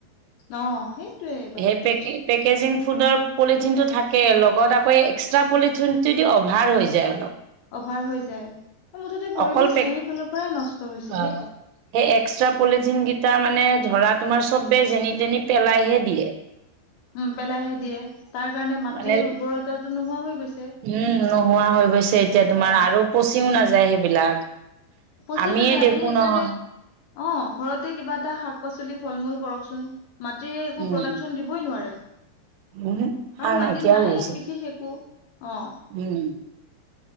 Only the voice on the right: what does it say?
সেই পেকে পেকেজিং ফুডৰ পলিথিন টো থাকে লগত আকৌ এক্সট্ৰা পলিথিন পলিথিন যদি অভাৰ হৈ যায় অলপ
অকল পেক
অ' এক
বোজা জাই। সেই এক্সট্ৰা পলিথিন কেইটা মানে ধৰা তোমাৰ চবে যেনি তেনি পেলাইহে দিয়ে। <unintelligible>
মানে
উম, নোহোৱা হৈ গৈছে এতিয়া তোমাৰ
আৰু পচিও নাযায় সেইবিলাক
আমিয়ে
দেখো
নহয়।
উম
উমহো
সাৰ নাইকিয়া
হৈ গৈছে
উম,